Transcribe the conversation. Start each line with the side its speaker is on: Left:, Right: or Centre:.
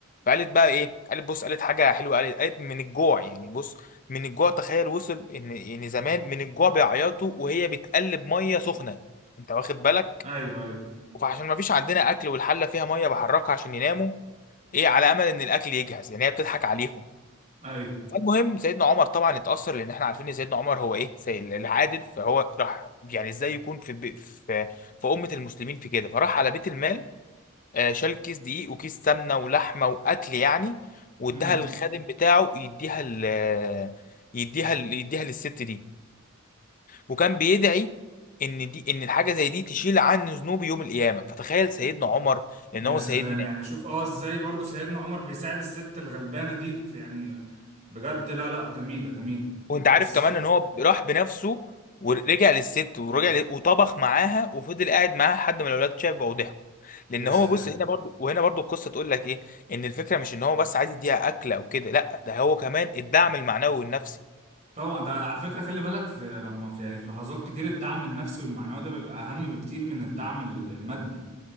Left: فقالت بقى إيه قالت بص قالت حاجة حلوة قالت قالت من الجوع يعني بص من الجوع تخيل وصل إن إن زمان من الجوع بيعيطوا وهي بتقلب مية سخنة أنت واخد بالك
Right: ايوه ايوه ايوه
Left: فعشان ما فيش عندنا أكل والحلة فيها مية بحركها عشان يناموا إيه على أمل إن الأكل يجهز يعني هي بتضحك عليهم
Right: ايوه
Left: فالمهم سيدنا عمر طبعا اتأثر لأن إحنا عارفين إن سيدنا عمر هو إيه سي- العادل فهو راح يعني إزاي يكون في بي- في في في أمة المسلمين في كده فراح على بيت المال آه، شال كيس دقيق وكيس سمنه ولحمه واكل يعني واداها
Right: مم.
Left: للخادم بتاعه يديها ل يديها ل... يديها للست دي وكان بيدعي ان دي ان الحاجه زي دي تشيل عنه ذنوب يوم القيامه فتخيل سيدنا عمر ان
Right: يا
Left: هو
Right: سلام
Left: سيدنا
Right: يعني شوف اه ازاي برضو سيدنا عمر بيساعد الست الغلبانة دي في- يعني بجد لا لا جميلة جميلة
Left: وانت عارف
Right: قصة
Left: كمان ان هو راح بنفسه ورجع للست ورجع ل... وطبخ معاها وفضل قاعد معاها لحد ما الاولاد شافوا وضحكوا لان
Right: يا
Left: هو
Right: سلام
Left: بص هنا برضو وهنا برضو القصه تقول لك ايه ان الفكره مش ان هو بس عايز يديها اكل او كده لا ده هو كمان الدعم المعنوي والنفسي
Right: طبعا ده على فكرة خلي بالك في لما في يعني في لحظات كتير الدعم النفسي والمعنوي ده بيبقى أهم بكتير من الدعم ال- المادي